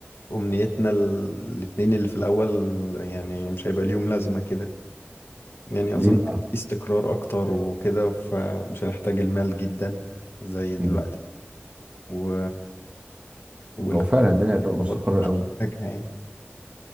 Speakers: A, on the left; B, on the right.
A: امنيتنا ال- الاتنين اللي في الاول يعني مش هيبقى ليهم لازمة كده يعني
B: ليه
A: أظن
B: بقى؟
A: في استقرار أكتر وكده فمش هنحتاج المال جدا زي دلوقتي
B: مم.
A: و... والكبار
B: هو فعلا الدنيا هتبقى مستقرة
A: مش
B: قوي
A: هنحتاجها يعني